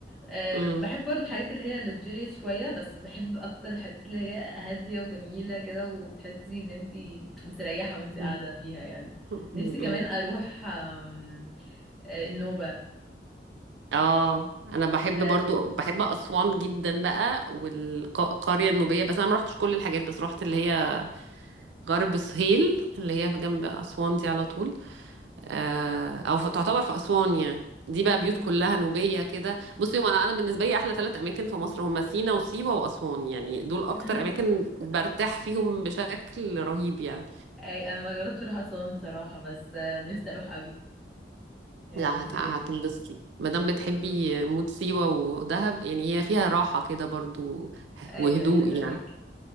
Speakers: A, in the centre; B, on the right.
A: أه
B: امم
A: بحب برضه حاجات اللي هي luxurious شوية بس بحب أكتر الحاجات اللي هي هادية وجميلة كده وتحسي إن انتي مستريحة وانتي قاعدة
B: امم،
A: فيها يعني
B: امم،
A: نفسي كمان
B: امم.
A: أروح أم، أه، النوبة
B: اه انا بحب
A: ده
B: برضو بحب اسوان جدا بقى والقريه النوبيه بس انا ما رحتش كل الحاجات بس رحت اللي هي غرب سهيل اللي هي جنب اسوان دي على طول آه، او ف- تعتبر في اسوان يعني دي بقى
A: اوكي
B: بيوت كلها نوبيه كده بصي هو انا انا بالنسبه لي احلى ثلاث اماكن في مصر هما سينا وسيوه واسوان يعني دول اكتر
A: <laughs>
B: اماكن برتاح فيهم بشكل رهيب يعني
A: أي أنا ما جربتش أروح أسوان بصراحة بس أه، نفسي أروح أوي يعني
B: لا
A: نفسي
B: هت... هتنبسطي
A: جدا
B: ما دام بتحبي
A: أم،
B: مود سيوه ودهب يعني هي فيها راحه كده برضو
A: أيوه
B: وهدوء
A: أيوه فاهمك
B: يعني